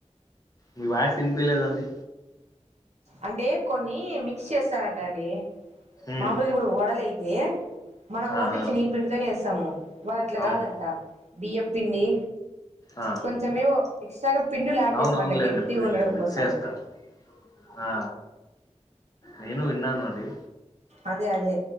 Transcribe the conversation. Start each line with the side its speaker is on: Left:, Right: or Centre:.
Left: మీ వాయిస్ వినిపిలేదండి
Right: అంటే కొన్ని మిక్స్ చేస్తారంట అండి
Left: ఉమ్
Right: మామూలుకి ఇప్పుడు వడలే ఎ మనం
Left: ఆ
Right: ఓన్ని
Left: ఆ
Right: చిన్నగి పిండితోనే వేస్తాము వాళ్ళు అట్లా
Left: అవును
Right: కాదంట బియ్యప్పిండి
Left: ఆ
Right: కొంచమేవో ఎక్స్ట్రాగా పిండులు యాడ్
Left: అవును
Right: చేస్తారంట
Left: అవునులేండి
Right: గట్టిగా ఉండడం
Left: మిక్స్
Right: కోసం
Left: చేస్తారు ఆ నేను విన్నాను అది
Right: అదే అదే